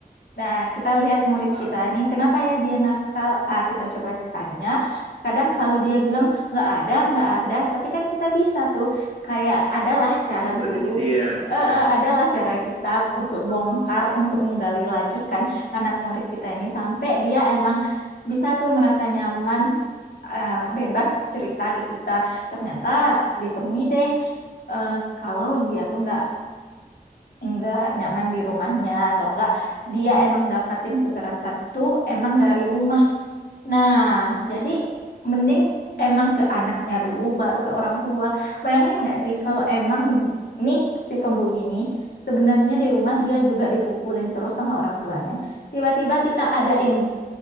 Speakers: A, on the left (about 75°); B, on the right (about 40°).
A: Nah, kita lihat murid
B: Nah,
A: kita nih, kenapa ya dia nakal? Ah, kita coba tanya. Kadang kalau dia bilang nggak ada, nggak ada, tapi kan kita bisa tuh kayak adalah cara
B: memprediksi
A: guru,
B: ya,
A: eh,
B: ya.
A: eh, adalah cara kita untuk bongkar, untuk menggali lagi kan anak murid kita ini sampai dia emang bisa tuh merasa nyaman, eh, bebas cerita ke kita. Ternyata ditemui deh eh, kalau dia tuh nggak enggak nyaman di rumahnya atau enggak dia emang dapatin kekerasan itu emang dari rumah. Nah, jadi mending emang ke anaknya dulu baru ke orang tua. Bayangin nggak sih kalau emang nih si pembuli ini sebenarnya di rumah dia juga dipukulin terus sama orang tuanya. Tiba-tiba kita ada in